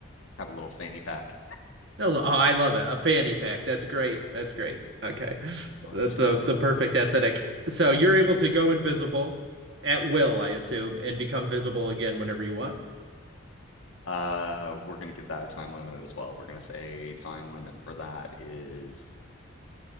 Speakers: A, on the left; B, on the right.
A: have a little fanny pack.
B: No, oh, I love it. A fanny pack. That's great. That's great. Okay. <laughs>
A: Oh
B: That's
A: jeez.
B: a, the perfect aesthetic. So you're able to go invisible at will, I assume, and become visible again whenever you want.
A: Uh, we're gonna give that a time limit as well. We're gonna say time limit for that is